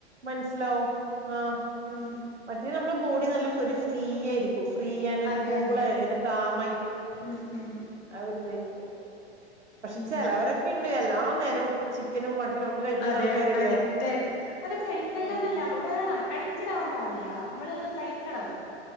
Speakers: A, on the right; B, on the left.
A: മനസിലാവും ആഹ്
B: ഉം
A: മറ്റേ നമ്മുടെ ബോഡി നല്ല ഒരു ഫ്രീ ആയിരിക്കും. ഫ്രീ ആൻ ഒരു
B: അതെ
A: കൂളായ്ലെ
B: അതെ
A: ഇങ്ങനെ കാമായിട്ട്
B: ഉം ഉം
A: ആ ഒരു ഇതായിരിക്കും. പക്ഷെ
B: ഉം
A: ചെലവരൊക്കെ ഉണ്ട് എല്ലാ നേരവും ചിക്കനും മട്ടനും ഒക്കെ കഴിക്കുന്ന
B: അതെ
A: ആൾക്കാരില്ലേ
B: അഡിക്റ്റ് ആയിട്ട് അത് കഴിക്കണ്ടന്നല്ല
A: ആഹ്
B: വേണം അഡിക്റ്റഡ് ആവാൻ പാടില്ല നമ്മള് കഴിക്കണം